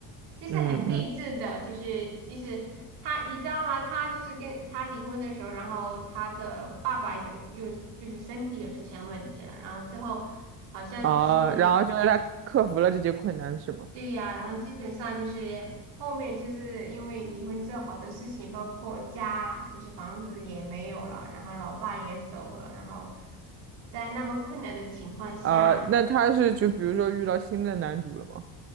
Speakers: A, on the right; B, on the right.
A: 就是很励志的，
B: 嗯嗯，
A: 就是就是她，你知道吗？她就是跟她离婚的时候，然后她的爸爸有又就是身体有出现问题了，然后之后好像就是。
B: 啊，然后就是她克服了这些困难，是吗？
A: 对呀，然后基本上就是后面就是因为离婚之后，好多事情，包括家，就是房子也没有了，然后老爸也走了，然后在那么困难的情况下
B: 啊、那他是就比如说遇到新的男主了吗？